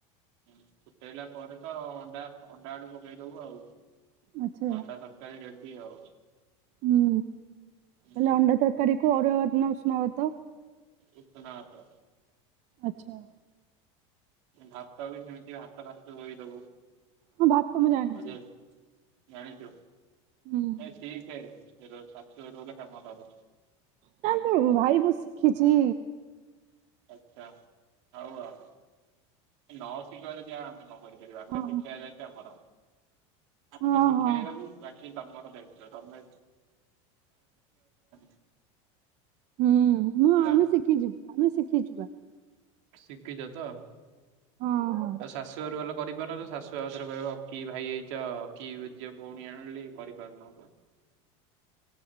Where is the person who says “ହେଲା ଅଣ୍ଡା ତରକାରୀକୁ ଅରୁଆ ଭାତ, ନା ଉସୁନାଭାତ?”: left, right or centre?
Right